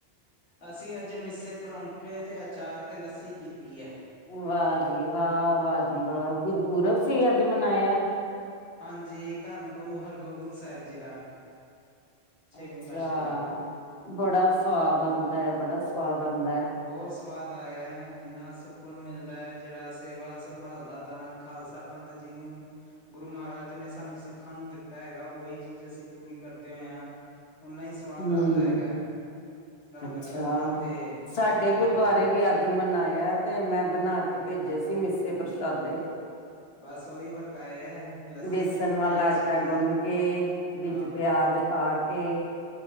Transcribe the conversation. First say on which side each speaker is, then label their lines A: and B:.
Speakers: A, on the left; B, on the left.
A: ਅਸੀ ਆੱਜ ਮਿੱਸੇ ਪਰੋਂਠੇ ਤੇ ਅਚਾਰ ਤੇ ਲੱਸੀ ਪੀਤੀ ਐ।
B: ਵਾ ਜੀ ਵਾ, ਵਾ ਜੀ ਵਾ ਗੁਰਪੁਰਬ ਸੀ ਅੱਜ ਮਨਾਏਆ।
A: ਹਾਂਜੀ, ਧੰਨ ਗੁਰੂ ਹਰਗੋਬਿੰਦ ਸਾਹਿਬ ਜੀ ਦਾ ਛੇਵੀਂ
B: ਅੱਛਾ,
A: ਪਾਤਸ਼ਾਹੀ ਦਾ
B: ਬੜਾ ਸਵਾਦ ਆਂਦਾ ਐ, ਬੜਾ ਸਵਾਦ ਆਂਦਾ ਐ।
A: ਬੋਤ ਸਵਾਦ ਆਏਆ ਐ, ਏਨਾ ਸੁਕੂਨ ਮਿਲਦਾ ਐ ਜੇੜਾ ਸੇਵਾ ਸੰਭਾਲ ਦਾ ਦਾਨ ਖਾਲਸਾ ਪੰਥ ਜੀ ਨੂੰ। ਗੁਰੂ ਮਹਾਰਾਜ ਨੇ ਸਾਨੂੰ ਸਿੱਖਾਂ ਨੂੰ ਦਿੱਤਾ ਹੈਗਾ ਉਹੀ ਚੀਜ਼ ਅਸੀਂ ਪੂਰੀ ਕਰਦੇ ਹੋਏ ਹਾਂ। ਓਨਾ ਹੀ ਸਵਾਦ
B: ਹਮ
A: ਆਉਂਦਾ ਹੈਗਾ ਲੰਗਰ
B: ਅੱਛਾ
A: ਦਾ ਵੀ ਤੇ। ਪ੍ਰਸ਼ਾਦਿਆਂ
B: ਸਾਡੇ ਗੁਰਦੁਆਰੇ
A: ਦਾ
B: ਵੀ ਅੱਜ ਮਨਾਇਆ ਤੇ ਮੈਂ ਬਣਾ ਕੇ। ਭੇਜਿਆ ਸੀ ਮਿੱਸੇ ਪ੍ਰਸ਼ਾਦੇ।
A: ਬਸ ਉਹੀ ਵਰਤਾਏ ਹੈ ਲੱਸੀ
B: ਬੇਸਣ
A: ਵੀ ਵਰਤਾਈ
B: ਵਾਲਾ
A: ਹੈ
B: ਆਟਾ
A: ਸੁੱਕੀ
B: ਗੁੰਨ ਕੇ
A: ਹਾਂ
B: ਵਿੱਚ ਪਿਆਜ। ਪਾ ਕੇ